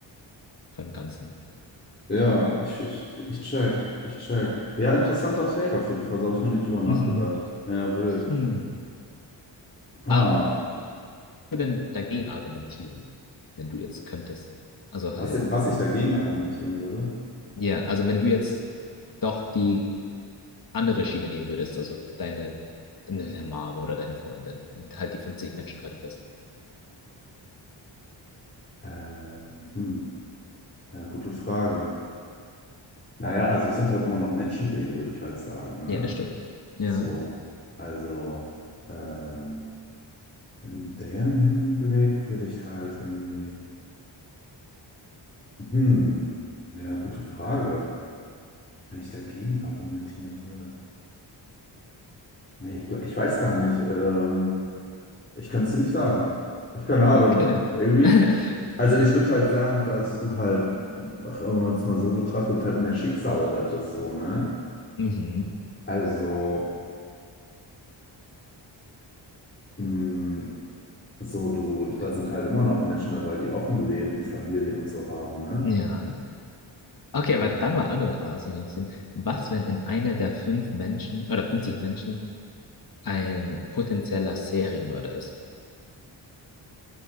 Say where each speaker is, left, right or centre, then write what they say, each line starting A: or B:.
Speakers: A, on the left; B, on the left.
A: von dem Ganzen.
B: Ja, ich, ich, ich check, ich check. Ja, interessanter Take auf jeden Fall, so habe ich noch nicht drüber nachgedacht.
A: Mhm.
B: Ja, wild.
A: Hm.
B: Ha.
A: Aber was würdest du denn dagegen argumentieren, wenn du jetzt könntest? Also halt,
B: Was, was ich dagegen argumentieren würde?
A: ja, also wenn du jetzt doch die andere Schiene nehmen würdest, also deine, ne, deine Mom oder deine Freundin und halt die fünfzig Menschen rettest.
B: Ähm, hm, ja, gute Frage. Naja, also es sind halt immer noch Menschenleben, würde ich halt sagen, ne?
A: Ja, das stimmt. Ja,
B: So, also ähm, in dem Hinblick würde ich halt irgendwie, hm, ja, gute Frage. Wenn ich dagegen argumentieren würde. Nee, ich, gl- ich weiß gar nicht. Ähm, Ich kann es dir nicht sagen. Ich keine Ahnung.
A: okay.
B: Irgendwie.
A: <laughs>
B: Also ich würde halt sagen, dass du halt, ach, wenn man es mal so betrachtet, halt mehr Schicksale rettest, so, ne?
A: Mhm,
B: Also, mh, so du, da sind halt immer noch Menschen dabei, die auch ein Leben und Familien und so haben, ne?
A: ja. Okay, aber
B: Äh,
A: dann war andere Frage, was mich interessiert. Was, wenn in einer der fünf Menschen oder 50 Menschen ein potenzieller Serienmörder ist?